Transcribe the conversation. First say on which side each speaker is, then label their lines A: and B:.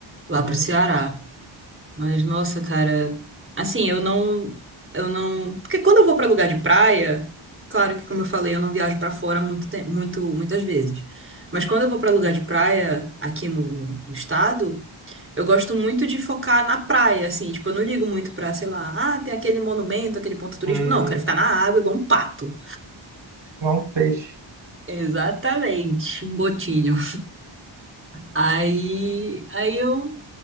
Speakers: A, on the right; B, on the right.
A: lá
B: Uhum.
A: pro Ceará. Mas nossa, cara, assim, eu não eu não, porque quando eu vou para lugar de praia, claro que como eu falei, eu não viajo para fora muito, te- muito muitas vezes. Mas quando eu vou para lugar de praia aqui no no- no estado, eu gosto muito de focar na praia, assim, tipo, eu não ligo muito pra, sei lá, ah, tem aquele monumento, aquele ponto turístico.
B: Hum,
A: Não, eu quero ficar na água igual um pato.
B: não um peixe.
A: Exatamente, um botinho. Aí, aí eu,